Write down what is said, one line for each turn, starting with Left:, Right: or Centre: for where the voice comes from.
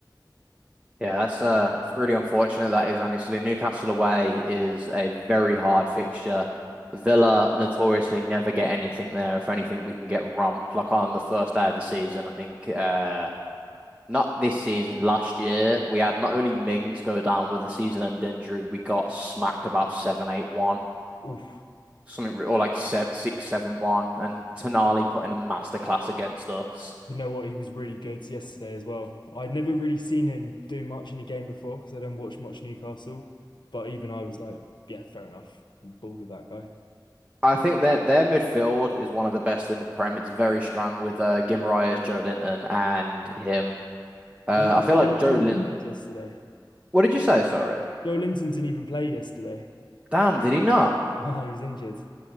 Right: Yeah, that's uh, it's really unfortunate that is honestly. Newcastle away is a very hard fixture. Villa notoriously never get anything there. If anything, we can get romped. Like on the first day of the season, I think uh not this season, last year, we had not only Mings go down with a season-end injury, we got smacked about seven, eight, one,
Left: Oof.
Right: something or like six, seven, one, and Tonali put in a masterclass against us.
Left: You know what? He was really good yesterday as well. I'd never really seen him do much in a game before because I don't watch much Newcastle. But even I was like, yeah, fair enough. Ball of that guy.
Right: I think that their midfield is one of the best in the Prem. It's very strong with uh, Guimaraes, Joe Linton, and him.
Left: You-
Right: Uh, I feel
Left: Joe
Right: like
Left: Linton
Right: Joe Linton.
Left: was injured yesterday.
Right: What did you say? Sorry.
Left: Joe Linton didn't even play yesterday. <laughs>
Right: Damn, did he not?
Left: No, he was injured.